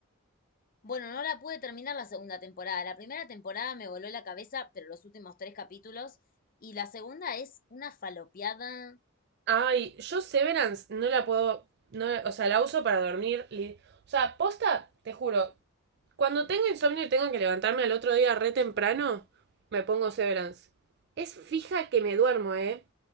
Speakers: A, on the left; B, on the right.
A: Bueno, no la pude terminar la segunda temporada. La primera temporada me voló la cabeza, pero los últimos tres capítulos. Y la segunda es una falopeada,
B: Ay, yo Severance no la puedo. No, o sea, la uso para dormir. O sea, posta, te juro, Cuando tengo insomnio y tengo que levantarme al otro día re temprano, me pongo Severance. Es fija que me duermo, ¿eh?